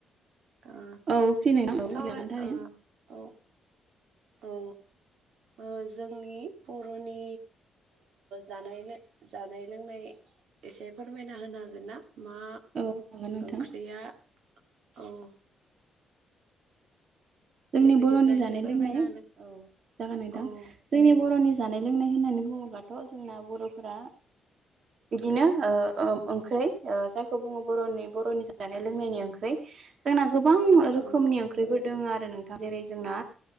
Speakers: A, on the right (about 75°); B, on the right (about 55°).
A: ओ
B: औ फ्रि नोंथां औ
A: सावराय
B: लागोन थारैनो
A: औ औ। ओ जोंनि बरनि जानाय जानाय लोंनाय। एसे फोरमायना होनो हागोन ना मा
B: औ हागोन नोंथां
A: ओंख्रिया औ
B: जोंनि
A: दे बिदिब्ला
B: बरनि
A: एसे
B: जानाय
A: फोरमायना
B: लोंनाय औ जागोन
A: होदो
B: नोंथां जोंनि बर'नि जानाय। लोंनाय होननानै बुङोबाथ जोंना बरफोरा। बिदिनो ओंख्रि जायखौ बुङो बर'नि बर'नि जानाय लोंनायनि ओंख्रि जोंना। गोबां रोखोमनि
A: औ औ
B: ओंख्रिफोर दङ आरो नोंथां जेरै जोंना